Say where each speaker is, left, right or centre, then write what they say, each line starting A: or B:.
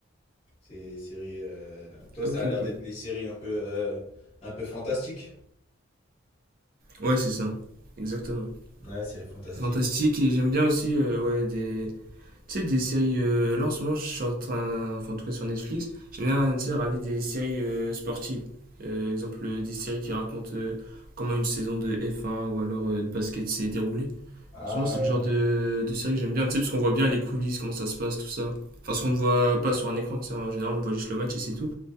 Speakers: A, on the left (about 30°); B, on the right (about 45°).
A: Ces séries. euh, Toi,
B: Ok,
A: ça a
B: ok.
A: l'air d'être des séries un peu, euh, un peu fantastiques.
B: Ouais, c'est ça. Exactement.
A: Ouais, série fantastique.
B: Fantastique, et j'aime bien aussi, euh, ouais, des... Tu sais, des séries... euh, là, en ce moment, je suis en train... Enfin, en tout cas, sur Netflix, j'aime bien, tu sais, regarder des séries euh, sportives. Euh, exemple, euh, des séries qui racontent euh, comment une saison de F1 ou alors euh, de basket s'est déroulée.
A: Ah
B: En ce moment, c'est
A: ouais.
B: le genre de, de série que j'aime bien, tu sais, parce qu'on voit bien les coulisses, comment ça se passe, tout ça. Enfin, ce qu'on ne voit pas sur un écran, tu sais, en général, on voit juste le match et c'est tout.